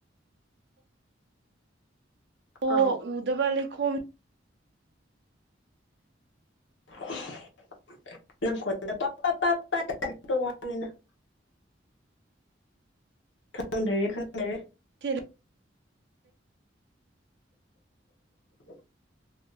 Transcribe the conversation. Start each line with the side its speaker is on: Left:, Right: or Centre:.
Right: ꯑꯣ
Left: ꯑꯧ
Right: ꯎꯗꯕ ꯂꯩꯈꯣꯝ
Left: <inaudible> ꯅꯪꯣ ꯄ ꯄ ꯇ <inaudible> ꯈꯪꯗꯔꯦ ꯈꯪꯗꯔꯦ
Right: ꯆꯔ <inaudible>
Left: <unintelligible>